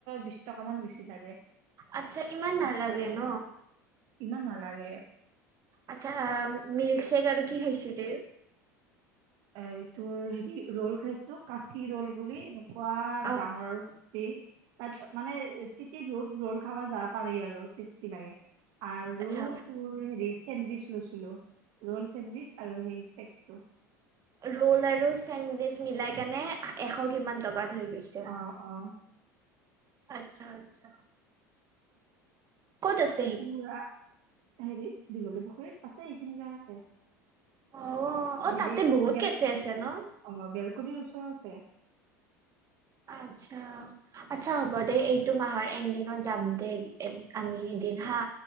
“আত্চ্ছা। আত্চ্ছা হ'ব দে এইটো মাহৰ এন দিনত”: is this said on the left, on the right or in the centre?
Right